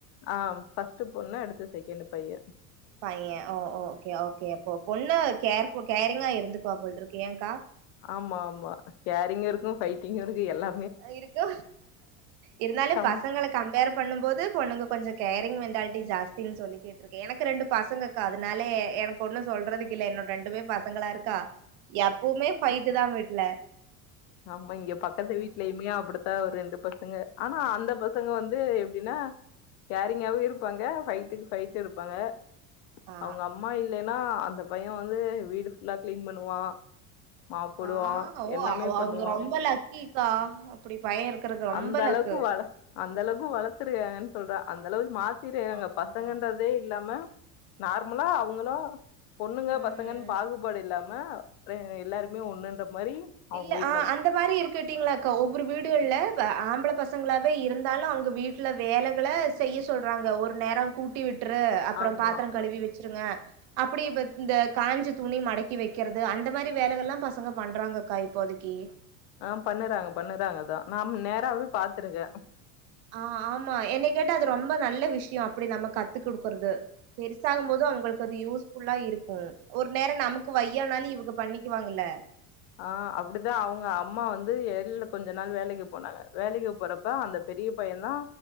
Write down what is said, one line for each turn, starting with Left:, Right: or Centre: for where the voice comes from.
Left: ஆ பஸ்ட்டு பொண்ணு அடுத்து செகண்டு பைய
Right: பைய ஓ ஓகே ஓகே அப்போ பொண்ணு கேர்போ கேரிங்கா இருந்துக்குவ போல்ருக்கு ஏங்க்க
Left: ஆமா ஆமா கேரிங்கு இருக்கூ ஃபைட்டிங்கும் இருக்கூ எல்லா
Right: இருக்கு இருந்தாலும்
Left: ஆமா
Right: பசங்கள கம்பேர் பண்ணும்போது பொண்ணுங்க கு கொஞ்சோ கேரிங் மென்டாலிட்டி ஜாஸ்தின்னு சொல்லிகேட்ருக்கே எனக்கு ரெண்டு பசங்ககா அதனால எனக்கு ஒண்ணு சொல்ற கில்ல என்னொட ரெண்டுமே பசங்களா இருக்கா எப்பவுமே ஃபைட்டு தா வீட்டுல
Left: ஆமா இங்க பக்கத்து வீட்லேயுமே அப் அப்படித்தா ஒரு ரெண்டு பசங்க ஆனா அந்த பசங்க வந்து எப்டின்னா கேரிங்காவு இருப்பாங்க பைட்டுக்கு பைட்டு இருப்பாங்க
Right: ஆ
Left: அவங்க அம்மா இல்லேன்னா அந்த பையன் வந்து வீடு புல்லா கிளீன் பண்ணுவா மாப் போடுவா
Right: ஆ ஓ
Left: எல்லாமே
Right: அவ அவங்க
Left: வா
Right: ரொம்ப லக்கிக்கா அப்டி பைய இருக்கறக்கு ரொம்ப
Left: அந்த அளவுக்கு
Right: லக்கு
Left: வள அந்த அளவுக்கு வளர்த்துருாங்க சொல்றா அந்தளவுக்கு மாத்திரெங்க
Right: ஆமா
Left: பசங்கன்றதே
Right: ஆமா
Left: இல்லாம நார்மலா அவுங்களு பொண்ணுங்க
Right: ம்
Left: பசங்கன்னு பாகுபாடு இல்லாம ஆ எல்லாருமே ஒண்ணுன்ற மாரி அவுங்க
Right: இல்ல
Left: வீட்டு
Right: ஆ அந்த மாரி இருக்கட்டீங்களாக்கா ஒவ்வொரு வீடுகள்ல வ ஆம்பள பச ங்களாவே இருந்தாலு அவுங்க வீட்ல வேலைகள செய்ய சொல்றாங்க ஒரு நேரோ கூட்டி வி ட்ரு அப்றோ
Left: ஆமா
Right: பாத்திரோ கழுவி வச்சு இருங்க அப்டி ப்ப இந்த காஞ்ச துணி மடக்கி வைக்கறது அந்த மாரி வேலைகள்ல்லா பசங்க பண்றாங்க கா இப்போதேக்கி
Left: ஆ பண்ணுறாங்க பண்ணுறாங்கதா நாம் நேராவே பாத்துருக்க.
Right: ஆ ஆமா என்ன கேட்ட அது ரொம்ப நல்ல விஷ்யோ அப்டி நம்ம கத்துக்குடுக்குறது பெருசாகும்போது அவுங்களுக்கு அது யூஸ்ஃபுல்லா இருக்கூ ஒரு நேரோ நமக்கு வையானாலு இவுங்க பண்ணிக்குவாங்கல்ல.
Left: ஆ அப்டித்தா அவுங்க அம்மா வந்து எல் கொஞ்ச நாள் வேலைக்கு போனாங்க வேலைக்கு போறப்ப அந்த பெரிய பையந்தா